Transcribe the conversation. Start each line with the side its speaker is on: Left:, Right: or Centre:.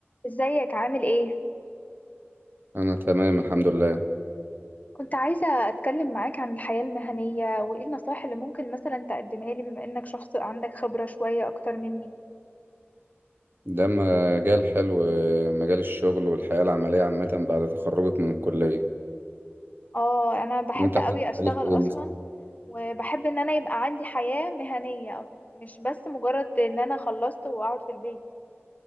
Left: ازيك عامل ايه؟
Right: أنا تمام الحمد لله
Left: كنت عايزة اتكلم معاك عن الحياة المهنية وايه النصائح اللي ممكن مثلا تقدمها لي بما انك شخص عندك خبرة شوية اكتر مني
Right: ده مجال حلو مجال الشغل والحياة العملية عامة بعد تخرجك من الكلية
Left: اه انا بحب
Right: أنت عايز
Left: قوي
Right: تتكلم
Left: اشتغل
Right: في
Left: اصلا
Right: إيه مثلا
Left: وبحب ان انا يبقى عندي حياة مهنية أو مش بس مجرد ان انا خلصت واقعد في البيت